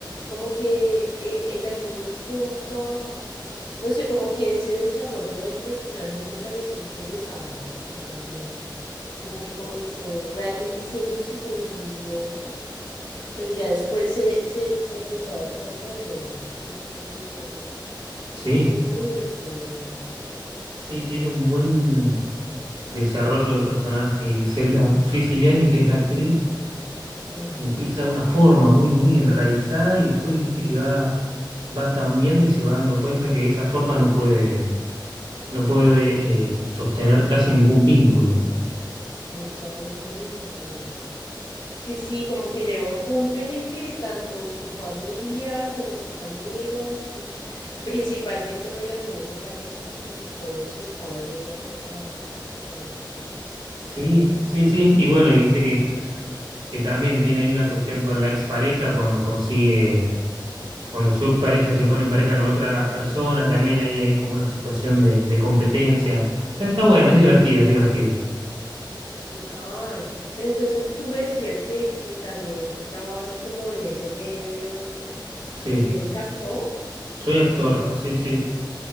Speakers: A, on the left; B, on the right.
A: Como que eh, en algunos puntos, no sé, como que ese desarrollo del personaje me pareció interesante, finalmente. Como que comenzó realmente siendo súper envidiosa, pero ya después se, se, se empezó a dar cuenta del otro. Entonces, no sé, me-
B: Sí,
A: estuvo divertido igual.
B: sí, tiene un buen desarrollo de personaje Griselda Siciliani, que es la actriz,
A: Ujú.
B: que empieza de una forma muy, muy enraizada y después viste que va, va cambiando y se va dando cuenta que esa forma no puede, no puede eh, sostener casi ningún vínculo.
A: Totalmente. Sí, sí, como que llega un punto en el que tanto su familia como sus amigos, sus principalmente relaciones de pareja, como que todo se estaba yendo a el estanco.
B: Sí, sí, sí. Y bueno, y viste que, que también tiene ahí una cuestión con la expareja cuando consigue, cuando su expareja se pone en pareja con otra persona, también ahí hay como una situación de, de competencia. Está, está buena, es divertida, es divertida.
A: Total. Pero entonces tú me decías que, que también trabajas como en ese medio
B: Sí,
A: y eres actor
B: soy actor, sí, sí.